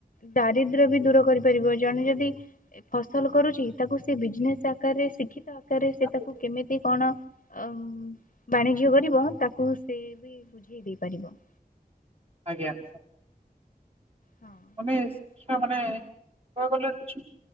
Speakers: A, on the left (about 55°); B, on the right (about 40°).
A: ଦାରିଦ୍ର୍ୟ ବି ଦୂର କରିପାରିବ ଜଣେ ଯଦି। ଏ ଫସଲ କରୁଛି ତାକୁ ସେ ବିଜନେସ ଆକାରରେ ଶିକ୍ଷିତ ଆକାରରେ ସେ
B: ଆଜ୍ଞା।
A: ତାକୁ କେମିତି କଣ। ଅ-ମ ବାଣିଜ୍ୟ କରିବ ତାକୁ ସେ ବି ବୁଝେଇ ଦେଇ ପାରିବ।
B: ଆଜ୍ଞା ସାର୍।
A: ହଁ
B: ମାନେ
A: ତାହେଲେ
B: ଶିକ୍ଷା ମାନେ। <unintelligible> ଗଲେ କିଛି